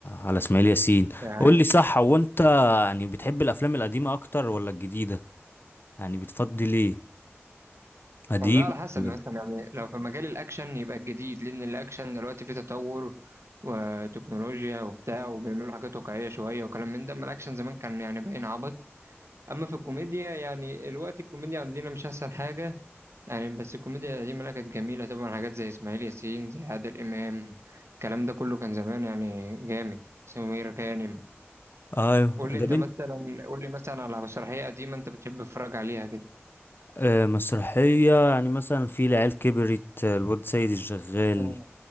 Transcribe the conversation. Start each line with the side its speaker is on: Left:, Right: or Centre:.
Left: على اسماعيل ياسين
Right: يعني
Left: قول لي صح هو انت يعني بتحب الافلام القديمه اكتر ولا الجديده يعني بتفضل ايه قديم
Right: والله على حسب
Left: ولا
Right: مثلا
Left: لا؟
Right: يعني لو في مجال الأكشن يبقى الجديد لأن الأكشن دلوقتي فيه تطور وتكنولوجيا وبتاع وبيعملوا حاجات واقعية شوية وكلام من ده أما الأكشن زمان كان يعني باين عبط أما في الكوميديا يعني الوقت الكوميديا عندنا مش أحسن حاجة يعني بس الكوميديا القديمة لا كانت جميلة طبعا حاجات زي إسماعيل ياسين زي عادل إمام الكلام ده كله كان زمان يعني جامد سمير غانم
Left: ايوه
Right: قول لي أنت
Left: ده بنت
Right: مثلا قول لي مثلا على مسرحية قديمة أنت بتحب تتفرج عليها كده
Left: آه مسرحيه يعني مثلا في العيال كبرت آه، الواد سيد الشغال
Right: مم.